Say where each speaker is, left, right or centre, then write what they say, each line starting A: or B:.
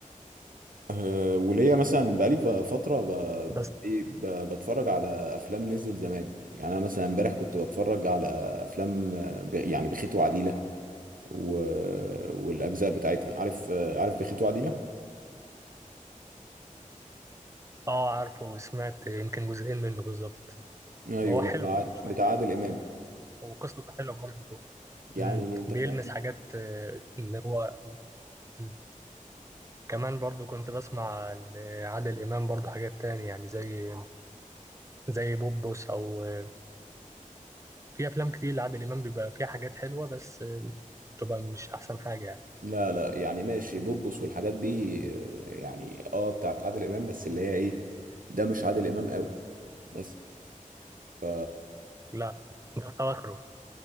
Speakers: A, on the right; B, on the right.
A: أه وليا مثلا بقالي ب- فترة ب...
B: بس
A: إيه ب... بتفرج على أفلام نزل زمان يعني أنا مثلا امبارح كنت بتفرج على أفلام آه، ب... يعني بخيت وعديلة و... والأجزاء بتاعتها عارف آه، عارف بخيت وعديلة؟
B: اه عارفه وسمعت يمكن جزئين منه بالظبط
A: أيوه
B: هو حلو
A: بتاع عاد-
B: مش
A: بتاع
B: وحش
A: عادل إمام
B: وقصته حلوة برضه
A: يعني
B: مم.
A: أنت
B: بيلمس
A: فاهم؟
B: حاجات آه، اللي هو مم. كمان برضو كنت بسمع لعادل إمام برضو حاجات تاني يعني زي زي بوبوس أو آه، في أفلام كتير لعادل إمام بيبقى فيها حاجات حلوة بس آه، تبقى مش أحسن حاجة يعني
A: لا لا يعني ماشي بوبوس والحاجات دي آه، يعني أه بتاعت عادل إمام بس اللي هي إيه ده مش عادل إمام قوي بس ف
B: لا ده أواخره